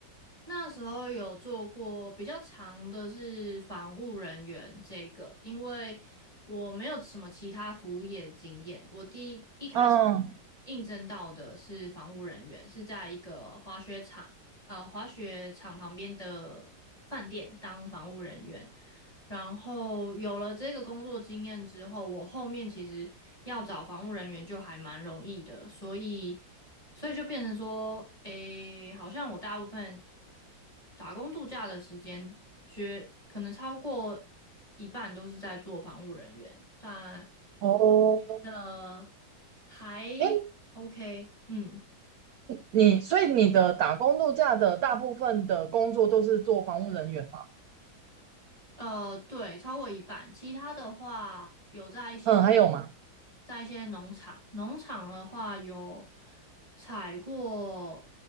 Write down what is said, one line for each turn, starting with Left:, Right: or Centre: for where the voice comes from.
Left: 那时候有做过比较长的是防务人员这个，因为我没有什么其他服务业经验，我第一一开始
Right: 嗯，
Left: 应征到的是防务人员，是在一个滑雪场，呃，滑雪场旁边的饭店当防务人员。然后有了这个工作经验之后，我后面其实要找防务人员就还蛮容易的，所以。所以就变成说，诶，好像我大部分打工度假的时间，绝可能超过一半都是在做防务人员，但我觉
Right: 哦，
Left: 得还
Right: 诶，
Left: OK，嗯。
Right: 你所以你的打工度假的大部分的工作都是做防务人员吗？
Left: 呃，对，超过一半。其他的话，有在一些
Right: 嗯，还有吗？
Left: 在一些农场，农场的话有采过